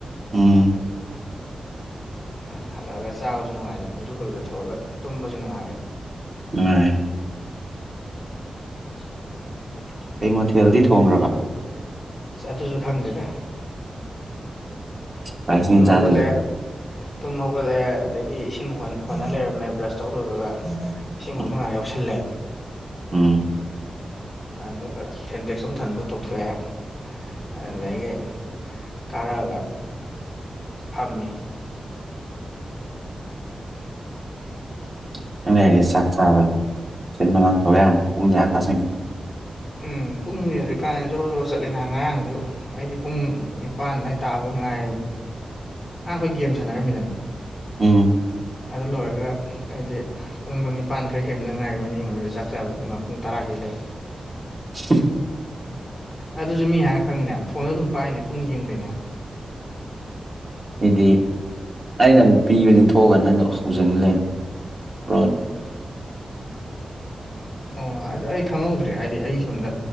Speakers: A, on the right; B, on the left.
A: ꯎꯝ
B: ꯎꯝ ꯍꯜꯂꯛꯑꯒ ꯆꯥꯕꯖꯨ ꯅꯨꯡꯉꯥꯏꯗꯅ ꯏꯔꯨꯒ ꯂꯨꯖꯊꯣꯛꯑꯒ ꯇꯨꯝꯕꯖꯨ ꯅꯨꯡꯉꯥꯏꯔꯦ
A: ꯅꯨꯉꯥꯏ
B: <inaudible>
A: ꯀꯩ ꯃꯊꯦꯜꯗꯤ ꯊꯣꯡꯈꯔꯕ
B: ꯑꯁ ꯑꯗꯨꯖꯨ ꯈꯪꯗꯦꯗ
A: ꯁꯔꯄ꯭ꯔꯥꯏꯖꯅꯤ
B: ꯇꯨꯝꯃꯒꯣꯂꯦ
A: ꯆꯥꯗꯣꯏꯁꯦ
B: ꯇꯨꯝ ꯍꯧꯒꯠꯂꯛꯑꯦ ꯑꯗꯒꯤ ꯏꯁꯤꯡ ꯍꯣꯠꯅ ꯂꯩꯔꯝꯃꯦ ꯕ꯭ꯔꯁ ꯇꯧꯔꯨꯔꯒ ꯂꯤꯁꯤꯡ
A: ꯎꯝ
B: ꯍꯨꯟ ꯃꯉꯥ ꯌꯥꯎꯁꯜꯂꯦ
A: <inaudible>
B: ꯑꯗꯨꯒ ꯁꯦꯟꯇꯦꯛꯁ ꯑꯃ ꯊꯟꯕ ꯇꯣꯛꯊꯣꯛꯑꯦ ꯑꯗꯨꯗꯒꯤ ꯀꯥꯔꯒ ꯐꯝꯃꯤ
A: ꯉꯥꯍꯣꯠꯇꯪ ꯂꯩꯔꯗꯤ ꯆꯥꯛ ꯆꯥꯕꯒꯤ ꯁꯤꯟꯕ ꯂꯥꯡ ꯊꯣꯛ ꯌꯥꯅꯤ ꯄꯨꯡ ꯌꯥ ꯇ ꯁꯪꯒꯤ
B: ꯎꯝ ꯄꯨꯡꯒꯤ ꯍꯧꯖꯤꯛꯀꯥꯟ ꯖꯣꯔꯣ ꯖꯣꯔꯣ ꯆꯠꯂꯤꯅ ꯉꯔꯥꯡꯗꯨ ꯑꯩꯗꯤ ꯄꯨꯡ ꯅꯤꯄꯥꯟ ꯑꯗꯥꯏ ꯇꯥꯕꯗ ꯉꯥꯏ ꯉꯔꯥꯡ ꯑꯩꯈꯣꯏ ꯒꯦꯝ ꯁꯥꯟꯅꯔꯝꯃꯤꯗꯅ
A: ꯎꯝ
B: ꯑꯗꯨ ꯂꯣꯏꯔꯒ ꯑꯩꯒꯤ ꯄꯨꯡꯗꯣ ꯅꯤꯄꯥꯟ ꯈꯔ ꯍꯦꯟꯕꯗ ꯉꯥꯏꯔꯤꯕꯣꯏ ꯅꯤꯡꯉꯨꯔꯦ ꯆꯥꯛ ꯆꯥꯕꯗꯣ ꯄꯨꯡ ꯇꯔꯥ ꯍꯦꯜ ꯂꯩꯔꯝꯃꯦ
A: <inaudible>
B: ꯑꯗꯨꯁꯨ ꯃꯤ ꯍꯥꯏꯔ ꯈꯪꯉꯤꯅꯦ ꯍꯥꯏꯕ ꯐꯣꯟꯗꯣ ꯑꯗꯨꯝ ꯄꯥꯏꯅꯦ ꯄꯨꯡ ꯌꯦꯡꯗꯔꯤꯅꯦꯕ
A: ꯍꯥꯏꯗꯤ ꯑꯩꯅ ꯑꯃꯨꯛ ꯄꯤꯕꯅꯤ ꯊꯣꯛꯑꯒ ꯅꯪꯗꯣ ꯍꯧꯖꯤꯟꯂꯦ ꯄ꯭ꯔꯣ
B: ꯑꯣ ꯑꯗꯨ ꯑꯩ ꯈꯪꯍꯧꯗ꯭ꯔꯦ ꯍꯥꯏꯗꯤ ꯑꯩ ꯁꯣꯝꯗ